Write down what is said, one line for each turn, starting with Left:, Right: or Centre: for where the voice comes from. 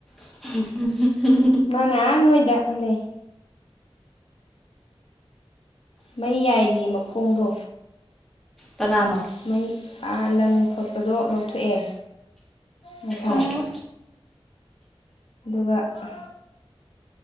Centre: <inaudible>
Left: ꯃꯥꯅꯥ ꯅꯣꯏꯗꯥꯛ ꯂꯩ ꯃꯩ ꯌꯥꯏꯔꯤꯌꯦ ꯃꯈꯣꯡꯗꯣ
Centre: ꯀꯅꯥꯅꯣ
Left: ꯃꯩ ꯂꯪ ꯐꯣꯠꯄꯗꯣ ꯂꯧꯊꯣꯛꯑꯦ ꯉꯁꯥꯏ
Centre: ꯎꯝ
Left: ꯚ ꯆ